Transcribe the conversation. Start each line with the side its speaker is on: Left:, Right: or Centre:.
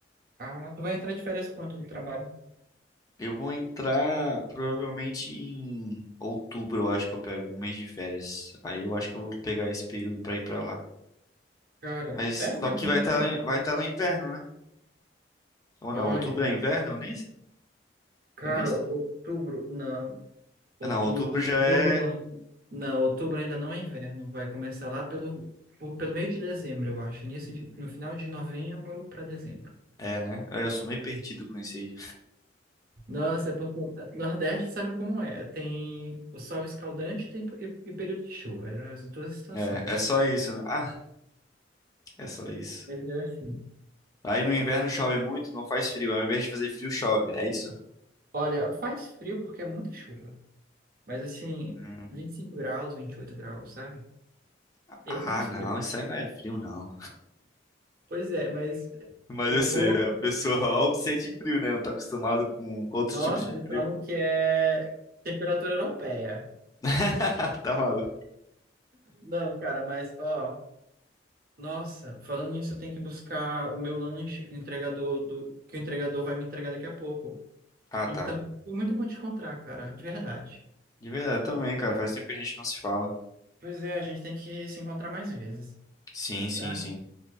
Right: Ah, tu vai entrar de férias quanto no trabalho?
Left: Eu vou entrar provavelmente em outubro, eu acho que eu pego um mês de férias. Aí eu acho que eu vou pegar esse período pra ir pra lá.
Right: Cara,
Left: Mas
Right: é um
Left: só que vai
Right: tempo
Left: estar
Right: bom.
Left: vai tá no inverno, né? Ou não,
Right: Olha,
Left: outubro é inverno? Eu nem,
Right: cara,
Left: eu nem sei.
Right: outubro, não. Outubro,
Left: Não, outubro já
Right: outubro
Left: é.
Right: não. Não, outubro ainda não é inverno. Vai começar lá pelo, por- pelo meio de dezembro, eu acho. Início de, no final de novembro para dezembro.
Left: É, né? Aí Eu sou meio perdido com isso aí.
Right: Nossa, é porque o Nordeste sabe como é. Tem o sol escaldante tem, e, e período de chuva. Eram As duas situações
Left: É, é só isso, né? Ah, é só isso.
Right: Mas é assim.
Left: Aí no inverno chove muito, não faz frio. Ao invés de fazer frio, chove. É isso?
Right: Olha, faz frio porque é muita chuva. Mas assim,
Left: Hum.
Right: 25 graus, 28 graus, sabe? Esse
Left: Ah,
Right: é muito
Left: não,
Right: frio.
Left: isso aí não é frio, não.
Right: Pois é, mas
Left: Mas
Right: o
Left: eu sei,
Right: povo,
Left: a pessoa ó, sente frio, né? Não tá acostumado com outros
Right: nossa,
Left: tipos de
Right: eles
Left: frio.
Right: falam que é temperatura europeia.
Left: <laughs> Tá maluco.
Right: Não, cara, mas ó, nossa, falando nisso, eu tenho que buscar o meu lanche que o entregador do que o entregador vai me entregar daqui a pouco.
Left: Ah,
Right: Então,
Left: tá.
Right: foi muito bom te encontrar, cara, de verdade.
Left: De verdade, também, cara. Faz tempo que a gente não se fala.
Right: Pois é, a gente tem que se encontrar mais vezes,
Left: Sim, sim,
Right: tá?
Left: sim.